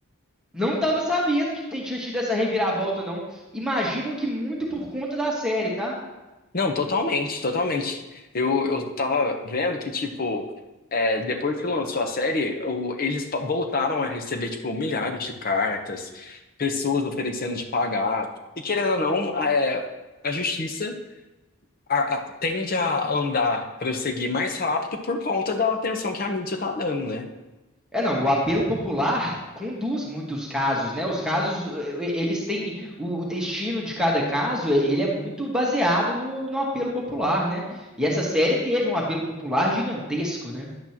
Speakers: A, in the centre; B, on the left.
A: Não tava sabendo que tinha tido essa reviravolta, não. Imagino que muito por conta da série, tá?
B: Não, totalmente, totalmente. Eu, eu tava vendo que, tipo, é, depois que lançou a série, o- eles pa- voltaram a receber, tipo, milhares de cartas, pessoas oferecendo de pagar. E querendo ou não, é, a justiça a- a- tende a andar, prosseguir mais rápido por conta da atenção que a mídia tá dando, né?
A: É, não, o apelo popular conduz muitos casos, né? Os casos, eh, eh, eles têm o o destino de cada caso, eh, ele é muito baseado no, no apelo popular, né? E essa série teve um apelo popular gigantesco, né?